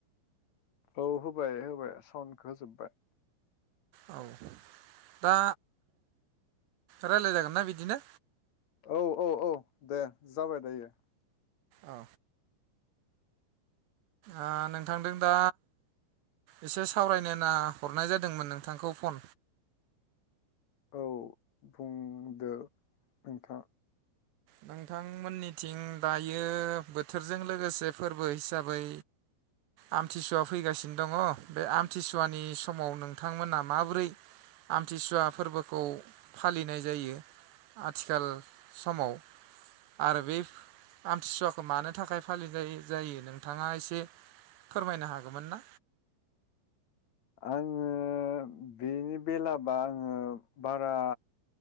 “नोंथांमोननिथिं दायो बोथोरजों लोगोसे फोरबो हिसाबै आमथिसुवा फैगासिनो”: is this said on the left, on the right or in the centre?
Right